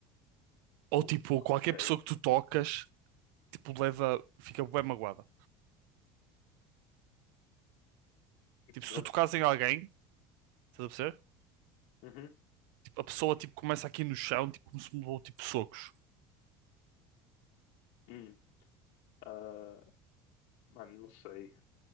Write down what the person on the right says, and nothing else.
ou
tipo, qualquer
pessoa que tu tocas, tipo, leva, fica bem magoada.
Tipo, se tu tocas em alguém, estás a perceber?
Tipo, a pessoa tipo começa aqui no chão, tipo, como se me levou tipo socos.